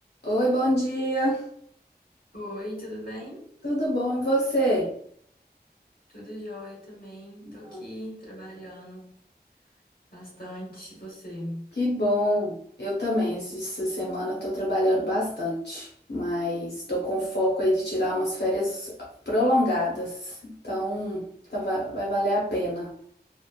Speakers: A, on the left; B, on the left.
A: Oi, bom dia.
B: Oi, tudo bem?
A: Tudo bom e você?
B: Tudo jóia também. Tô
A: Ah,
B: aqui trabalhando bastante. E Você?
A: Que bom. Eu também. Esse- Essa semana eu tô trabalhando bastante, mas tô com foco aí de tirar umas férias prolongadas. Então, tá- va- vai valer a pena.